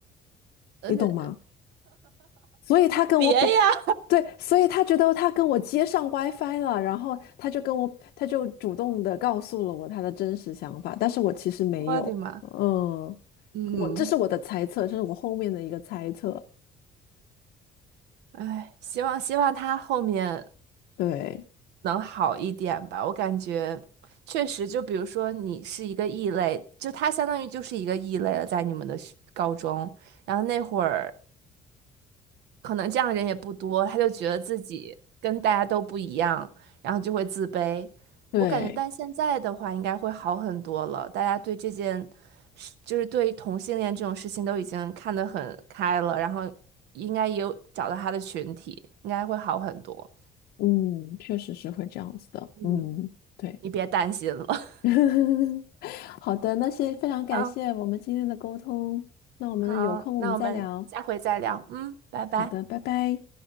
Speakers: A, on the right; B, on the left.
A: 嗯，
B: 你懂吗？所以他跟我表，
A: 别呀，
B: 对，所以他觉得他跟我接上 WiFi 了，然后他就跟我他就主动的告诉了我他的真实想法，但是我其实没有，
A: 我的妈，
B: 嗯，
A: 嗯，
B: 我这是我的猜测，这是我后面的一个猜测，
A: 哎，希望希望他后面
B: 对。
A: 能好一点吧，我感觉确实，就比如说你是一个异类，就他相当于就是一个异类了，在你们的学高中，然后那会儿。可能这样的人也不多，他就觉得自己跟大家都不一样，然后就会自卑。
B: 对，
A: 我感觉，但现在的话应该会好很多了，大家对这件事，就是对同性恋这种事情都已经看得很开了，然后应该也有找到他的群体，应该会好很多。
B: 嗯，确实是会这样子的，
A: 嗯，
B: 嗯，对，
A: 你别担心了。<laughs>
B: <laughs> 好的，那先非常感谢我们今天的沟通，
A: 好，
B: 那我们有空我们再聊，
A: 好，那我们下回再聊。嗯，拜拜。
B: 好的，拜拜。